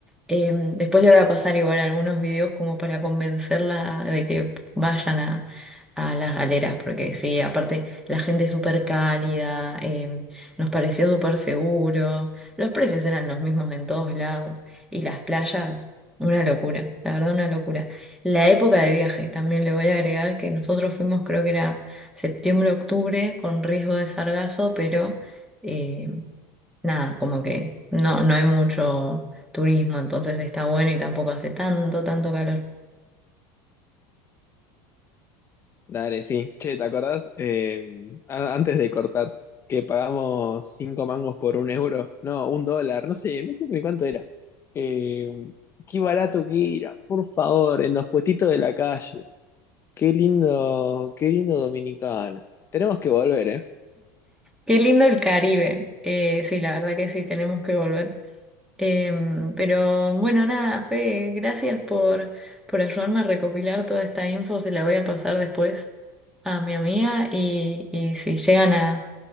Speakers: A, in the centre; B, on the left (about 25°).
A: Em, después le voy a pasar igual algunos videos como para convencerla de que vayan a, a las galeras, porque sí, aparte la gente es súper cálida, em, nos pareció súper seguro, los precios eran los mismos en todos lados y las playas, una locura, la verdad una locura. La época de viaje, también le voy a agregar que nosotros fuimos creo que era septiembre, octubre, con riesgo de sargazo, pero... eh, nada, como que no, no hay mucho turismo, entonces está bueno y tampoco hace tanto, tanto calor.
B: Dale, sí. Che, ¿te acordás? eh, a- antes de cortar, que pagamos cinco mangos por un euro. No, un dólar, no sé, no sé ni cuánto era. Eh, qué barato que era, por favor, en los puestitos de la calle. Qué lindo, qué lindo Dominicana. Tenemos que volver, ¿eh?
A: Qué lindo el Caribe. Eh, sí, la verdad que sí, tenemos que volver. Em, pero bueno, nada, Fede, gracias por, por ayudarme a recopilar toda esta info. Se la voy a pasar después a mi amiga y, y si llegan a,